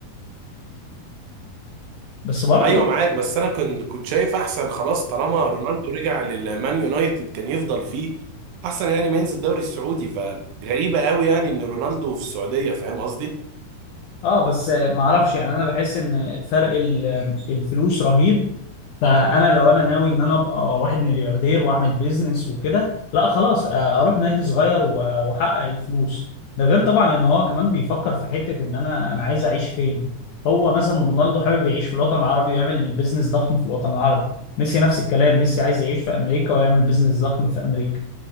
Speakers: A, on the left; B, on the right.
A: بس برضو
B: ايوه معاك بس انا كنت كنت شايف احسن خلاص طالما رونالدو رجع للمان يونايتد كان يفضل فيه احسن يعني ما ينزل الدوري السعودي فغريبه قوي يعني ان رونالدو في السعوديه فاهم قصدي
A: اه بس ما اعرفش يعني انا بحس ان فرق ال- الفلوس رهيب فانا لو انا ناوي ان انا ابقى واحد ملياردير واعمل بيزنس وكده لا خلاص آه، اروح نادي صغير و- واحقق الفلوس ده غير طبعا ان هو كمان بيفكر في حتة ان انا انا عايز اعيش فين هو مثلا رونالدو حابب يعيش في الوطن العربي ويعمل بيزنس ضخم في الوطن العربي ميسي نفس الكلام ميسي عايز يعيش في امريكا ويعمل بيزنس ضخم في امريكا